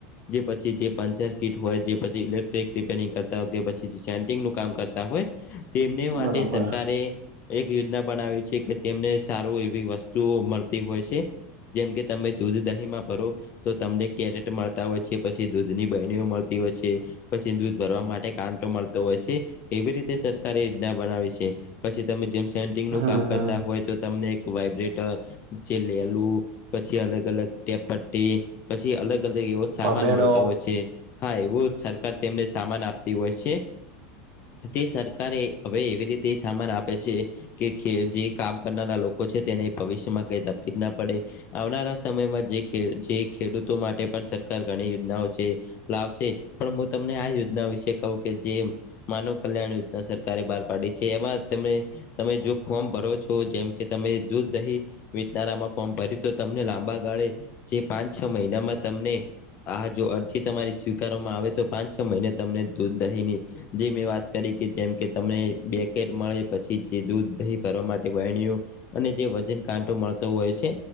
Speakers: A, on the left (about 25°); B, on the right (about 55°).
A: જે પછી જે પંચર કિટ હોય, જે પછી ઇલેક્ટ્રિક રિપેરિંગ કરતા હોય શેન્ટિંગનું કામ કરતા હોય, તેમને માટે
B: બરોબર
A: સરકારે એક યોજના બનાવી છે કે તેમને સારું એવી વસ્તુઓ મળતી હોય છે. જેમ કે તમે દુધ દાહીમાં ભરો તો તમને કેરેટ મળતા હોય છે, પછી દૂધની બહેણીઓ મળતી હોય છે, પછી દૂધ ભરવા માટે કાંટો મળતો હોય છે, એવી રીતે સરકારે યોજના બનાવી છે. પછી તમે જેમ સેન્ટિંગ
B: હમ
A: નું કામ કરતા
B: હમ
A: હોય તો, તમને એક વાઈબ્રેટર જે લેલું પછી અલગ, અલગ ટેપ પટ્ટી પછી અલગ, અલગ એવો સામાન
B: ભમેડો
A: મળતો હોય છે. હા, એવું સરકાર તેમને સામાન આપતી હોય છે, તે સરકા કારે હવે એવી રીતે સામાન આપે છે. કે ખે જે કામ કરનારા લોકો છે, તેને ભવિષ્યમાં કઈ તકલીફ ના પડે. આવનારા સમયમાં જે ખે જે ખેડૂતો માટે પણ સરકાર ઘણી યોજનાઓ છે. લાવશે પણ હું તમને આ યોજના વિશે કઉ કે જે માનવ કલ્યાણ યોજના સરકારે બહાર પાડી છે એમાં તમે તમે જો ફોર્મ ભરો છો જેમ કે તમે દૂધ દહીં વેચનારામાં ફોર્મ ભર્યું તો લાંબા ગાળે જે પાંચ છ મહિનામાં તમને આ જો અરજી તમારી સ્વીકારવામાં આવે તો પાંચ છ મહિને તમને દૂધ દહીની જે મેં વાત કરી કે જેમ કે તમને બેકેટ મળે પછી જે દૂધ દહી ફરવા માટે બરણીઓ અને જે વજન કાંટો મળતો હોય સે